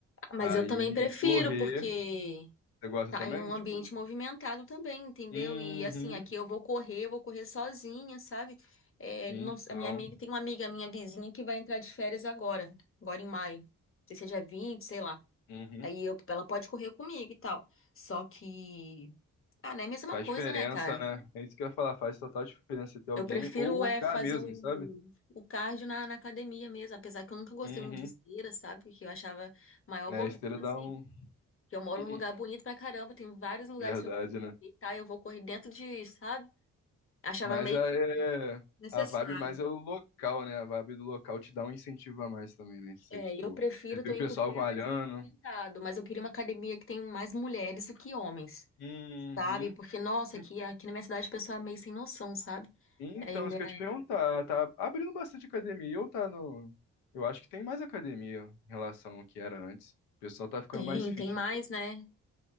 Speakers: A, on the left (about 35°); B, on the left (about 85°).
A: Mas
B: Aí,
A: eu também prefiro,
B: correr,
A: porque
B: você gosta
A: tá
B: também?
A: em um
B: Tipo.
A: ambiente movimentado também, entendeu?
B: Uhum.
A: E assim, aqui eu vou correr, eu vou correr sozinha, sabe? É,
B: Então,
A: não- a minha amiga, tem uma amiga minha vizinha que vai entrar de férias agora, agora em maio. Não sei se é dia 20, sei lá.
B: uhum.
A: Aí eu, ela pode correr comigo e tal. Só que. Ah, não é a mesma
B: Faz
A: coisa,
B: diferença,
A: né, cara?
B: né? É isso que eu ia falar, faz total diferença ter alguém
A: Eu prefiro
B: ou o
A: é
B: lugar
A: fazer
B: mesmo,
A: o,
B: sabe?
A: o cardio na, na academia mesmo, apesar que eu nunca gostei
B: Uhum.
A: muito de esteira, sabe? Porque eu achava maior
B: É,
A: bobeira,
B: a esteira dá
A: assim.
B: um.
A: Que eu moro
B: <laughs>
A: num lugar bonito pra caramba, tem vários lugares
B: Verdade,
A: pra
B: né?
A: deitar e eu vou correr dentro de, sabe? Achava
B: Mas
A: meio
B: a, é-
A: necessário.
B: a vibe mais é o local, né? A vibe do local te dá um incentivo a mais também, né? Você,
A: É,
B: tipo,
A: e eu prefiro
B: você
A: também
B: vê o pessoal
A: porque é
B: malhando.
A: mais movimentado, mas eu queria uma academia que tem mais mulheres do que homens,
B: Uhum.
A: sabe? Porque, nossa,
B: En-
A: aqui, aqui na minha cidade o pessoal é meio sem noção, sabe?
B: Então,
A: Aí, né,
B: isso que eu ia te perguntar, tá abrindo bastante academia ou tá no. Eu acho que tem mais academia em relação ao que era antes. O pessoal tá ficando
A: tem,
B: mais fit.
A: tem mais,
B: né?
A: né?